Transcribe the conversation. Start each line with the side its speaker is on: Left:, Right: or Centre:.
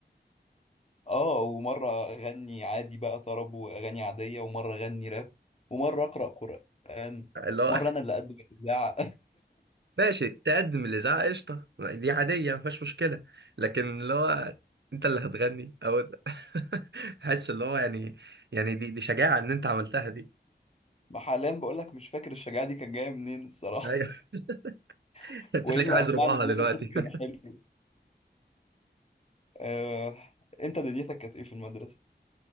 Left: اه ومرة أغني عادي بقى طرب وأغاني عادية ومرة أغني راب ومرة أقرأ قرآن
Right: <laughs> اللي هو
Left: مرة أنا اللي أقدم الإذاعة
Right: ماشي تقدم الإذاعة قشطة دي عادية مفيهاش مشكلة لكن اللي هو أنت اللي هتغني أو <laughs> حس اللي هو يعني يعني دي دي شجاعة إن أنت عملتها دي
Left: <laughs> حاليا بقول لك مش فاكر الشجاعة دي كانت جاية منين الصراحة
Right: أيوه <laughs>
Left: <laughs>
Right: أنت
Left: وإيه
Right: تلاقيك
Left: اللي
Right: عايز
Left: أقنعني
Right: ربعها
Left: إن
Right: دلوقتي
Left: أنا صوتي كان
Right: <laughs>
Left: حلو آه... أنت دنيتك كانت إيه في المدرسة؟